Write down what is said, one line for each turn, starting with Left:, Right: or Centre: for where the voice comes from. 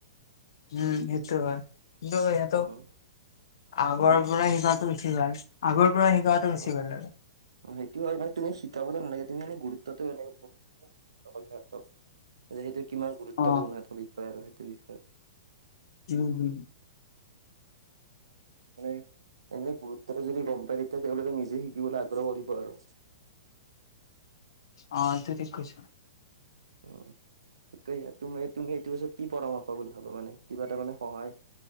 Left: উম, এইটো হয়। কিন্তু সিহঁতো
Right: উম
Left: আগৰপৰা
Right: হম
Left: শিকাটো উঠি যায়, আগৰপৰা শিকোৱা বেছি
Right: অ
Left: ভাল আৰু।
Right: সেইটো হয়, মনে তুমি শিকাব নালাগে, তুমি এনে গুৰুত্বটো কেনেকে ক'ত <unintelligible> অকল সিহঁতক। সেইটো কিমান গুৰুত্বপূৰ্ণ
Left: অ
Right: এটা বিষয় আৰু সেইটো বিষয়।
Left: উম্ হুম।
Right: মানে এনে গুৰুত্বটো যদি গম পায় তেতিয়া তেওঁলোকে নিজে শিকিবলৈ আগ্ৰহ কৰিব আৰু
Left: অ' এটো থিক কৈছ।
Right: উ্ ঠিক কৈছা। তুমি তুমি সেইটো ওচৰত কি পৰামৰ্শ <unintelligible> মানে কিবা এটা মানে সহায়